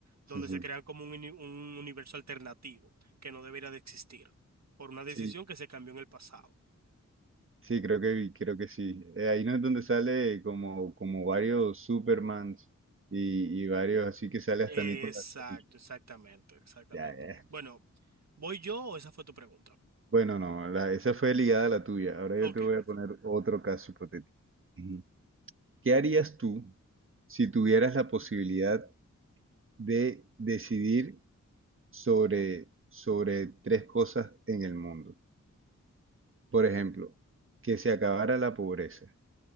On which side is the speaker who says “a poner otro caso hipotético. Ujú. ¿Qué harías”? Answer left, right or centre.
Right